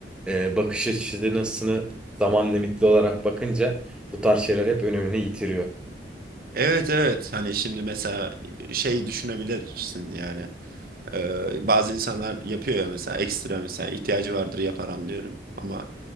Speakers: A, in the centre; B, on the right.
A: e, bakış açısını zaman limitli olarak bakınca bu tarz şeyler hep önemini yitiriyor.
B: Evet evet hani şimdi mesela şey düşünebilirsin yani Ee, bazı insanlar yapıyor ya mesela ekstra mesela ihtiyacı vardır yapar anlıyorum. Ama